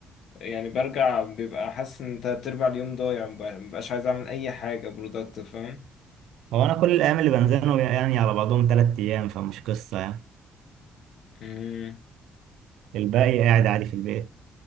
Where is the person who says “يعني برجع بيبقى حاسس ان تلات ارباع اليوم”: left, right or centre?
Left